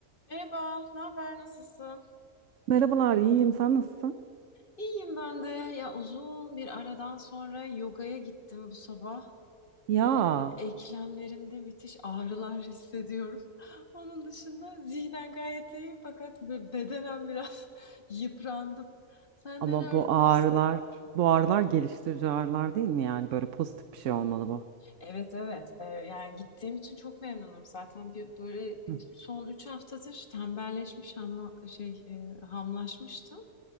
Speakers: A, on the left; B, on the right.
A: Merhaba, ne haber, nasılsın?
B: Merhabalar, iyiyim. Sen nasılsın?
A: İyiyim ben de. Ya uzun bir aradan sonra yogaya gittim bu sabah.
B: Ya
A: Ee, eklemlerimde müthiş ağrılar hissediyorum. <laughs> Onun dışında zihnen gayet iyiyim fakat be- bedenen biraz <laughs> yıprandım. Sen
B: ama
A: neler
B: bu
A: yapıyorsun?
B: ağrılar, bu ağrılar geliştirici ağrılar değil mi yani? Böyle pozitif bir şey olmalı bu.
A: Evet evet Ee, yani gittiğim için çok memnunum. Zaten bir böyle
B: Hı
A: son 3 haftadır tembelleşmiş ama şey e, hamlaşmıştım.